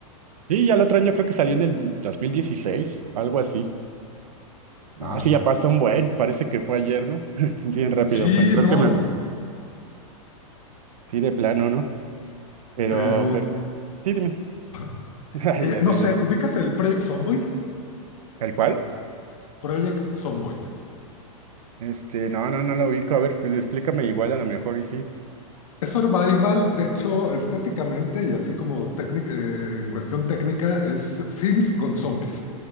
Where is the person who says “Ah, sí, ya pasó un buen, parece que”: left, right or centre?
Right